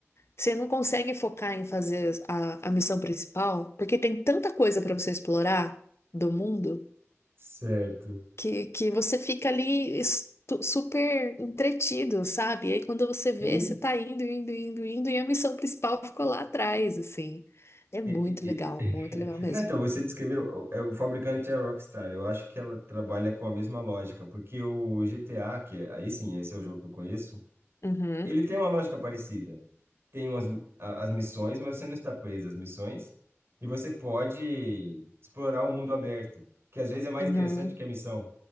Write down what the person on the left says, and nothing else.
você não consegue focar em fazer a, a missão principal, porque tem tanta coisa pra você explorar do mundo
que, que você fica ali estu- super entretido, sabe? E aí quando você vê,
você tá indo, indo, indo, indo, e a missão principal ficou lá atrás, assim. É muito
legal,
muito legal mesmo.
Uhum,
uhum.